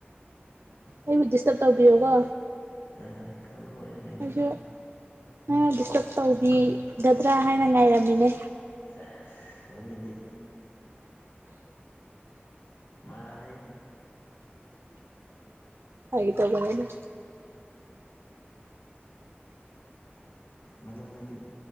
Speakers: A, on the right (about 80°); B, on the left (about 85°).
A: ꯑꯩꯕꯨ ꯗꯤꯁꯇꯔꯕ ꯇꯧꯕꯤꯌꯣꯀꯣ꯫
B: ꯍ ꯍꯣꯏ ꯇꯧꯕ ꯂꯣꯏꯔꯦ ꯀꯩꯅꯣ꯫
A: ꯑꯗꯨ ꯅꯪꯅ ꯗꯤꯁꯇꯔꯕ ꯇꯧꯕꯤꯒꯗ꯭ꯔꯥ ꯍꯥꯏꯅ ꯉꯥꯏꯔꯝꯃꯤꯅꯦ꯫
B: ꯆꯥꯁ ꯋꯔꯤꯗꯤ꯫ ꯃꯥꯂꯦꯍꯦ꯫
A: ꯍꯥꯏꯒꯦ ꯇꯧꯕꯅꯦꯗ꯫
B: ꯃꯅꯨꯡꯅꯗꯤ